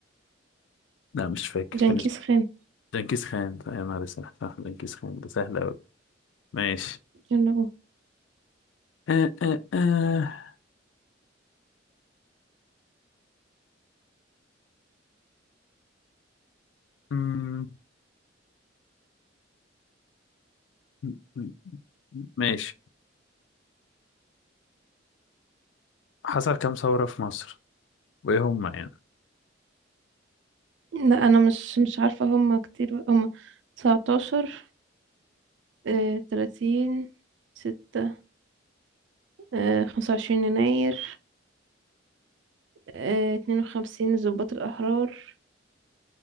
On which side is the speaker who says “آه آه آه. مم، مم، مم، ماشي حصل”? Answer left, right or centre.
Left